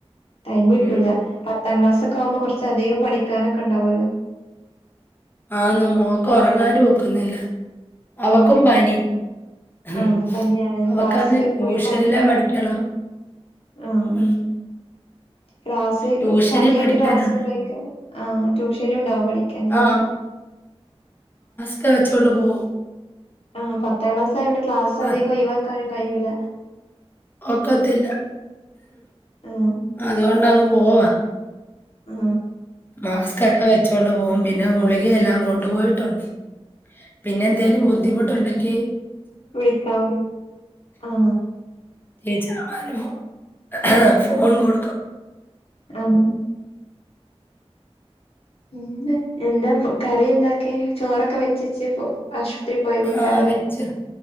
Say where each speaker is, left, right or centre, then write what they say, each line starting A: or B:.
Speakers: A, on the left; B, on the left.
A: ടൈമിട്ടൂല
B: ഉം.
A: പത്താം ക്ലാസ് ഒക്കാവുമ്പോ കുറച്ചധികം പഠിക്കാനൊ കൊണ്ടാവല്ലോ
B: ആന്നു മോക്ക് ഉറങ്ങാനും ഒക്കുന്നില്ല അവക്കും
A: ആഹ്
B: പനി ഉം
A: ആഹ് പനിയാണ്.
B: അവക്കാന്നേ
A: ക്ലാസ്
B: ട്യൂഷനിലെ
A: പോയി പനി
B: പഠിക്കണം
A: ആഹ്
B: ഉം
A: ക്ലാസ്
B: ട്യൂഷനിൽ
A: പനിയായിട്ട്
B: പഠിക്കാനുണ്ട്.
A: ക്ലാസ്സില് പോയിക്ക ആ ട്യൂഷനും ഉണ്ടാവും പഠിക്കാന്
B: ആ ക്കെ വെച്ചുകൊണ്ട് പോ
A: ആപത്താംക്ലാസ് ആയോണ്ട് ക്ലാസ്
B: അത്
A: അധികം ഒയിവാക്കാൻ കയ്യൂല
B: ഒക്കത്തില്ല
A: ആഹ്
B: അതുകൊണ്ടങ്ങ് പോവാ
A: ആ
B: മാസ്കക്കെ വെച്ചോണ്ട് പോകും പിന്നെ ഗുളികയെല്ലാം കൊണ്ടുപോയിട്ടുണ്ട് പിന്നെ എന്തോലും ബുദ്ധിമുട്ടുണ്ട കേ
A: വിളിക്കാ ആ
B: ട്ടീച്ചറ്മാര് ഫോൺ ഫോൺ
A: ആഹ്
B: കൊടുകും
A: ആഹ് ഇന്ന് എന്താ കറി എന്താക്കെ ചോറൊക്കെ വെച്ചച്ച് പോ ആശുപത്രി പോയതേക്കാരല്ലേ.
B: ആഹ് വെച്ചു